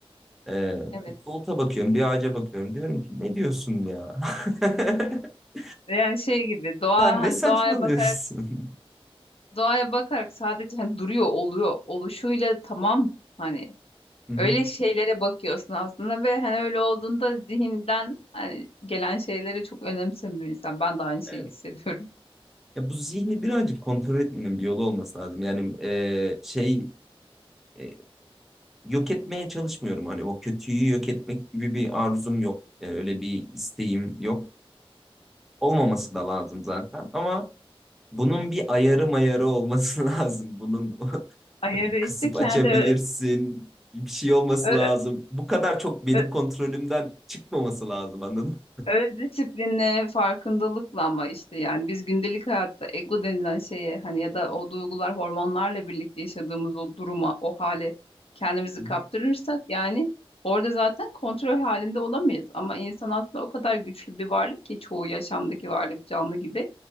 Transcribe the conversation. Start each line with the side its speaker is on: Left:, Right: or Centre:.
Centre: e,
Left: evet.
Centre: bir buluta bakıyorum, bir ağaca bakıyorum. Diyorum ki ne diyorsun ya? <laughs>
Left: Ve Yani şey gibi doğa
Centre: Sen
Left: hani
Centre: ne saçmalıyorsun?
Left: doğaya bakarak doğaya bakarak sadece hani duruyor oluyor oluşuyla tamam hani
Centre: <laughs> Hı hı.
Left: Öyle şeylere bakıyorsun aslında ve hani öyle olduğunda zihinden hani gelen şeyleri çok önemsemiyor insan. Ben de aynı şeyi
Centre: Evet.
Left: hissediyorum.
Centre: Ya bu zihni birazcık kontrol etmenin bir yolu olması lazım. Yani e, şey e, yok etmeye çalışmıyorum. Hani o kötüyü yok etmek gibi bir arzum yok. Ee, Öyle bir isteğim yok. Olmaması da lazım zaten. Ama bunun bir ayarı mayarı olması <laughs> lazım. Bunun <laughs>
Left: Ayarı
Centre: bir kısıp
Left: işte kendi
Centre: açabilirsin.
Left: ö-
Centre: Bir şey olması
Left: ö-
Centre: lazım. Bu kadar çok benim
Left: ö-
Centre: kontrolümden çıkmaması lazım anladın
Left: Öz disiplinle, farkındalıkla ama işte yani biz gündelik hayatta ego denilen şeye hani ya da o duygular hormonlarla birlikte yaşadığımız o duruma, o hale kendimizi
Centre: mı?
Left: kaptırırsak yani orada zaten kontrol halinde olamayız. Ama insan aslında o kadar güçlü bir varlık ki çoğu yaşamdaki varlık canlı gibi